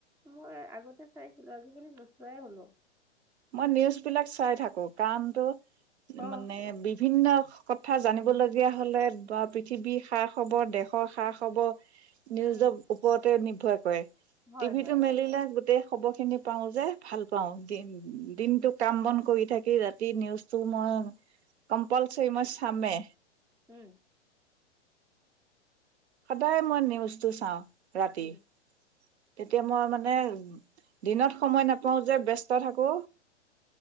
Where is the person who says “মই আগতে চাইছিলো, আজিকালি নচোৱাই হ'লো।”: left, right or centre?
Centre